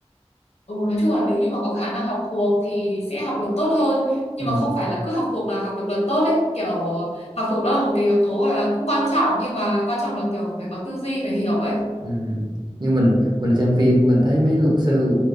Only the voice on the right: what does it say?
ừ,
ừ. như mình mình xem phim mình thấy mấy luật sư